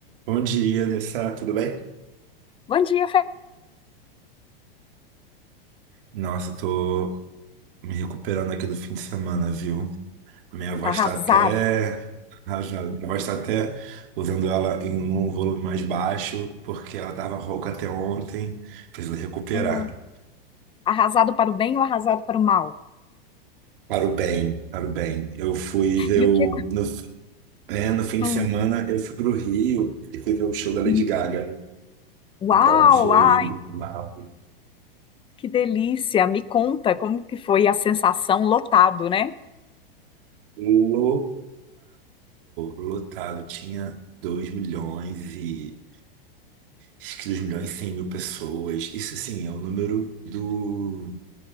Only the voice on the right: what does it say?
Bom dia, Nessa. Tudo bem?
Nossa, eu tô me recuperando aqui do fim de semana, viu? Minha voz
tá até. <laughs> rasgada. Minha voz tá até usando ela em um volume mais baixo, porque ela tava rouca até ontem. Preciso recuperar.
Para o bem, para o bem. Eu fui ver
o.
No, é, no fim
de semana, eu fui pro Rio e fui ver o show da Lady
Gaga.
Então foi
mal.
Lotado, lotado. Tinha 2 milhões e. Acho que 2 milhões e 100 mil pessoas. Isso, sim é o número do,